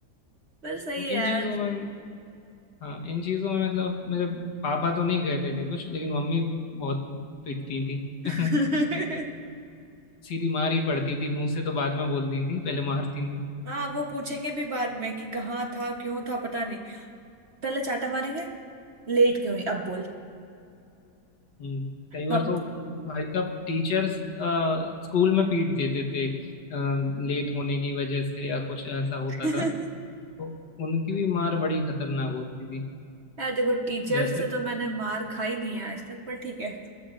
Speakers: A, on the right; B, on the left.
A: पर सही
B: इन
A: है
B: चीजों में हाँ इन चीजों में मतलब मेरे पापा तो नहीं कहते थे कुछ लेकिन मम्मी बहुत पिटती थी
A: यार
B: <laughs>
A: <laughs>
B: सीधी मार ही पड़ती थी मुंह से तो बाद में बोलती थी पहले मारती
A: हाँ वो पूछेंगे भी बाद में कि कहाँ था क्यों था पता नहीं पहले चाटा मारेंगे लेट क्यों हुई अब बोल
B: हम्म कई बार
A: अब
B: तो भाई साहब टीचर्स स्कूल में पीट देते थे लेट होने की वजह से या कुछ ऐसा होता
A: <laughs>
B: था तो उनकी भी मार बड़ी खतरनाक होती थी
A: यार देखो टीचर
B: वैसे
A: से तो मैंने मार खाई नहीं है आज तक पर ठीक है